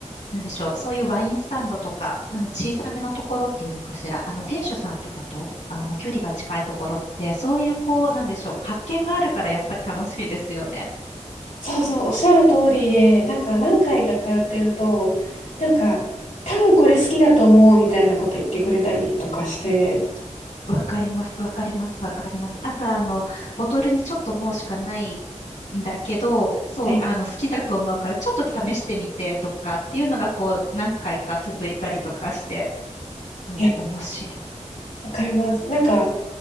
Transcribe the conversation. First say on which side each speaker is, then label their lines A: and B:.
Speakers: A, on the left; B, on the left.
A: なんでしょう、そういうワインスタンドとか、あの、小さめのところっていうのかしら、あの、店主さんとかと、あの、距離が近いところって、そういうこう、なんでしょう、発見があるからやっぱり楽しいですよね。
B: そうそう、おっしゃる通りで、なんか何回か通ってると、なんか、多分これ好きだと思うみたいなこと言ってくれたりとかして、
A: わかります、わかります、わかります。あと、あの、ボトルにちょっともうしかないんだけど、そう、
B: はい
A: あの、好きだと思うから、ちょっと試してみてとかっていうのが、こう、何回か続いたりとかして、そう、
B: いや、
A: 面白い。
B: わかります。なんか、